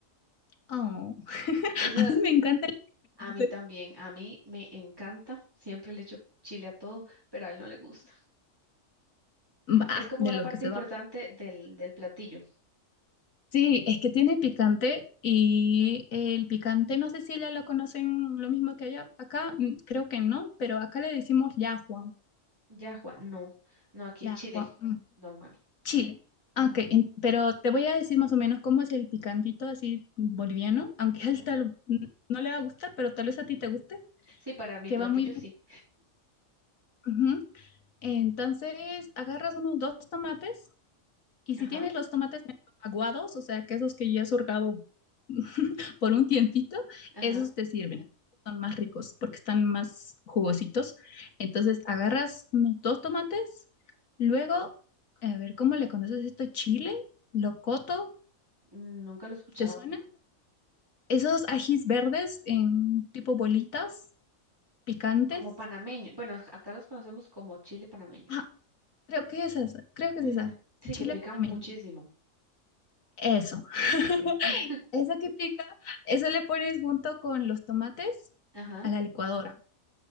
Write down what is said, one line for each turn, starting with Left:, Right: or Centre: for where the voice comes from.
Left: Oh, <laughs>
Right: Eso
Left: a mí me encanta el
Right: A
Left: picante.
Right: mí también, a mí me encanta, siempre le echo chile a todo, pero a él no le gusta.
Left: Bah,
Right: Es como
Left: de
Right: una
Left: lo
Right: parte
Left: que se
Right: importante
Left: va
Right: del, del platillo.
Left: Sí, es que tiene picante y el picante, no sé si ella lo conocen lo mismo que allá. Acá mm, creo que no, pero acá le decimos yahua,
Right: Ya, Juan, no, no, aquí
Left: yahua,
Right: es chile,
Left: mm,
Right: normal.
Left: chile. Ah,
Right: Ujú,
Left: Ok, en- pero te voy a decir más o menos cómo es el picantito así boliviano, <laughs> aunque
Right: ujú.
Left: a él tal, mm, no le va a gustar, pero tal vez a ti te guste,
Right: Sí, para mi
Left: que
Right: platillo
Left: va muy bien.
Right: sí.
Left: Ujú. Entonces, agarras unos dos tomates Y
Right: Ajá,
Left: si tienes los tomates medio aguados, o sea, que esos que ya has hurgado <laughs> por un tiempito,
Right: ajá,
Left: esos te sirven. Son más ricos porque están más jugositos. Entonces agarras unos dos tomates, luego, a ver, ¿cómo le conoces esto? Chile, locoto,
Right: nunca lo he escuchado.
Left: ¿te suena? Esos ajís verdes en tipo bolitas, picantes.
Right: Como panameño, bueno, acá los conocemos como chile panameño.
Left: Ah, creo que es esa, creo que
Right: Ujú,
Left: es esa.
Right: Sí,
Left: Chile
Right: que pican
Left: panameño.
Right: muchísimo.
Left: Eso. <laughs>
Right: Sí. <laughs>
Left: Esa que pica, eso le pones junto con los tomates
Right: Ajá,
Left: a la licuadora.